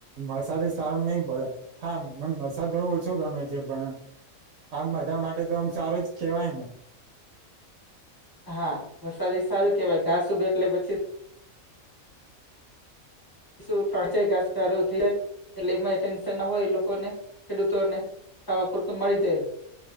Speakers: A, on the right; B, on the left.
A: વરસાદ સારું નઈ. પડે હા મન વરસાદ થોડો ઓછો ગમે છે પણ. આમ બધા માટે તો આમ સારો જ કેવાય ને.
B: હા વરસાદી એ સારું કેવાય. ઘાસ ઉગે એટલે પછી. શું પોચે કા સારું થઈ જાય. એટલે એ ટેન્શન ના હોય એ લોકોને ખેડૂતોને. ખાવા પૂરતો મળી જાય